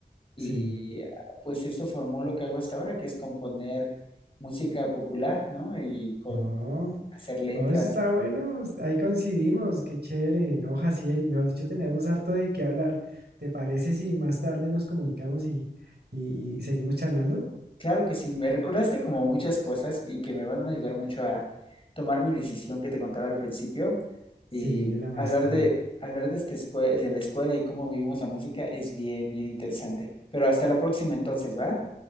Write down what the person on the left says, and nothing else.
y
ah, pues esto formó lo que hago hasta ahora, que es componer música popular, ¿no? Y con
hacer letras
Claro que sí, me recordaste como muchas cosas y que me van a ayudar mucho a tomar mi decisión que te contaba al principio
y
hablar de hablar de esta escue- de la escuela y cómo vivimos la música es bien, bien interesante. Pero hasta la próxima entonces, ¿va?